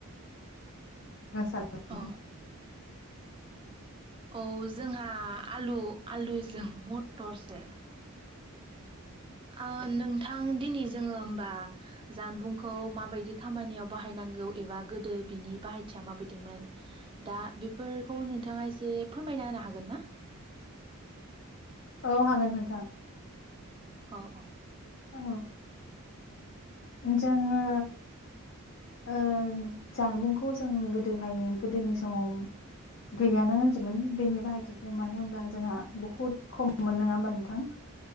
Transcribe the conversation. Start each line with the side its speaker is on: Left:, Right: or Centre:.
Left: <unintelligible>
Right: औ औ जोंहा आलु आलुजों मटरसो। आ नोंथां दिनै जोङो होमबा जानबुंखौ माबायदि खामानियाव बाहायनांगौ एबा गोदो बिनि बाहायथिया माबायदिमोन दा बेफोरखौ नोंथाङा से फोरमायना होनो हागोन ना?
Left: औ हागोन नोंथां।
Right: अ अ।
Left: औ। जोङो ओ जानबुंखौ जों गोदोहाय गोदोनि समाव गैयानो होनजोमोन बेनि बाहाय मानो होमब्ला जोंहा बुहुद खम मोन नङा होमबा नोंथां?